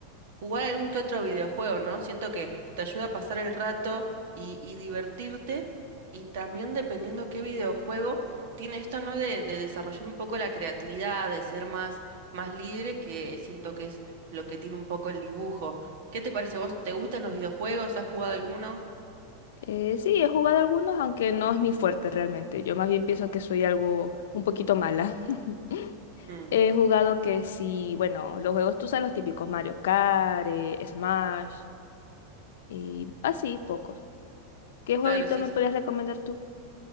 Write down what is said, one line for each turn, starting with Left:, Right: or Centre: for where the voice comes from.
Right: Jugar algún que otro videojuego, ¿no? Siento que te ayuda a pasar el rato y, y divertirte. Y también dependiendo qué videojuego, tiene esto, ¿no? De, de desarrollar un poco la creatividad, de ser más, más libre, que siento que es lo que tiene un poco el dibujo. ¿Qué te parece? ¿Vos te gustan los videojuegos? ¿Has jugado alguno?
Left: Eh, sí, he jugado algunos, aunque no es mi fuerte realmente. Yo más bien pienso que soy algo un poquito mala. <laughs>
Right: Mm,
Left: He jugado que sí, bueno, los juegos tú sabes los típicos, Mario Kart, eh, Smash y así, pocos. ¿Qué jueguito
Right: claro, sí,
Left: me podrías recomendar tú?